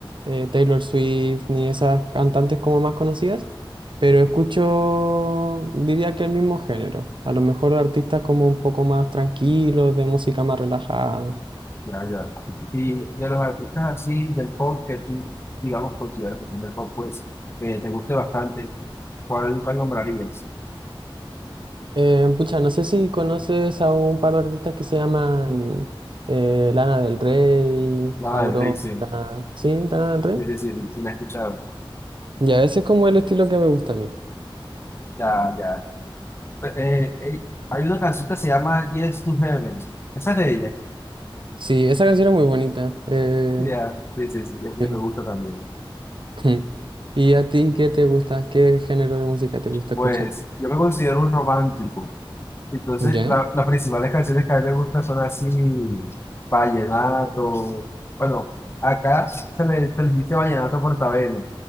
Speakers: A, on the right; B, on the left.
A: eh, Taylor Swift ni esas cantantes como más conocidas, pero escucho, diría que el mismo género. A lo mejor artistas como un poco más tranquilos, de música más relajada.
B: ya, ya. Y de los artistas así del pop que tú, digamos, consideras que son del pop, pues, que te guste bastante, ¿cuál, cuál nombrarías?
A: Eh, pucha, no sé si conoces a un par de artistas que se llaman eh, Lana del Rey,
B: Nada
A: Aurora.
B: del Rey, sí.
A: ¿Sí? Lana del Rey.
B: Sí, sí, sí, sí, la he escuchado.
A: Ya, ese es como el estilo que me gusta a mí.
B: Ya, ya. Pues, Eh, eh, hay una canción que se llama Yes to Heaven. Esa es de ella.
A: Sí, esa canción es muy bonita. eh,
B: Ya, sí, sí, sí, esa
A: sí.
B: me gusta también.
A: <laughs> ¿Y a ti qué te gusta? ¿Qué género de música te gusta
B: Pues
A: escuchar?
B: yo me considero un romántico. Entonces,
A: ¿Ya?
B: la- las principales canciones que a mí me gustan son así, vallenato. Bueno, acá se le, se le dice vallenato portabelo,